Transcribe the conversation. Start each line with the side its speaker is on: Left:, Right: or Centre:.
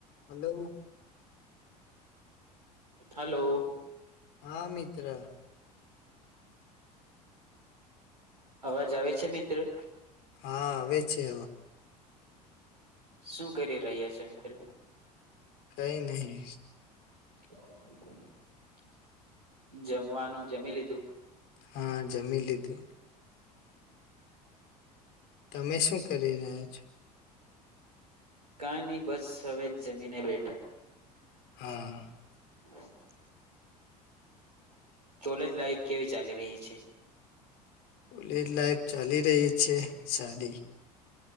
Left: Hello!
Right: Hello! !
Left: આ મિત્ર.
Right: અવાજ આવે છે મિત્રો?
Left: હા આવે છે.
Right: શું કરી રહ્યા છો મિત્રો?
Left: કઈ નહી.
Right: <inaudible> જમવાનું જમી લીધું.
Left: હા જમીન લીધું. તમે શું કરી રહ્યા છો?
Right: કાની બસ હવે જ જમીને બેઠા.
Left: હા.
Right: <inaudible> કોલેજ લાઈફ કેવી ચાલી રહી છે?
Left: કોલેજ લાઈફ ચાલી રહી છે, સાડી